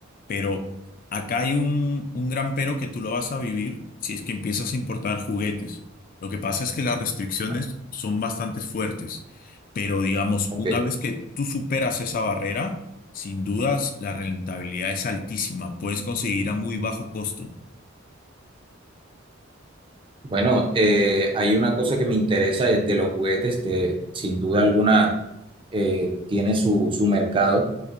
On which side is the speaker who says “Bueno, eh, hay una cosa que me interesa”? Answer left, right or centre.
Right